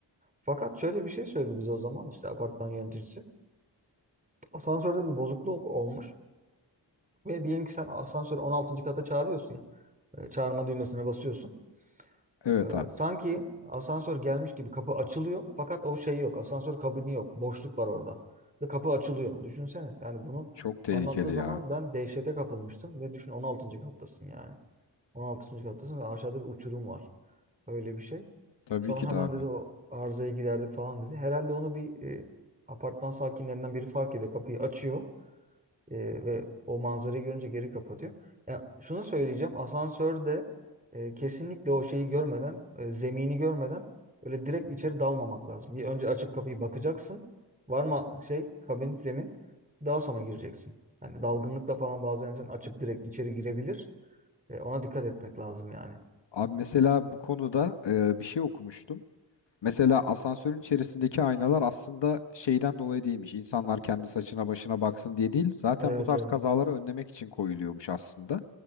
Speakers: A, on the right; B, on the left.
A: Fakat şöyle bir şey söyledi bize o zaman işte apartman yöneticisi. Asansörde bir bozukluk olmuş ve diyelim ki sen asansörü on altıncı kata çağırıyorsun ya. E, Çağırma düğmesine basıyorsun.
B: Evet
A: E,
B: abi.
A: sanki asansör gelmiş gibi kapı açılıyor fakat o şey yok. Asansör kabini yok. Boşluk var orada. Ve kapı açılıyor. Düşünsene. Yani bunu
B: Çok tehlikeli
A: anlattığı zaman
B: ya.
A: ben dehşete kapılmıştım ve düşün 16. kattasın yani. 16. kattasın ve aşağıda bir uçurum var. Öyle bir şey.
B: Tabii
A: Sonra
B: ki
A: hemen
B: de abi.
A: dedi o arızayı giderdik falan dedi. Herhalde onu bir e, apartman sakinlerinden biri fark ediyor. Kapıyı açıyor. E, ve o manzarayı görünce geri kapatıyor. Ya şunu söyleyeceğim. Asansörde e, kesinlikle o şeyi görmeden, e, zemini görmeden öyle direkt içeri dalmamak lazım. Bir önce açıp kapıyı bakacaksın. Var mı şey, kabin, zemin. Daha sonra gireceksin. Hani dalgınlıkla falan bazen sen açıp direkt içeri girebilir. E, ona dikkat etmek lazım yani.
B: Abi mesela bu konuda e, bir şey okumuştum. Mesela asansörün içerisindeki aynalar aslında şeyden dolayı değilmiş. İnsanlar kendi saçına başına baksın diye değil. Zaten
A: Evet
B: bu tarz
A: evet.
B: kazaları önlemek için koyuluyormuş aslında.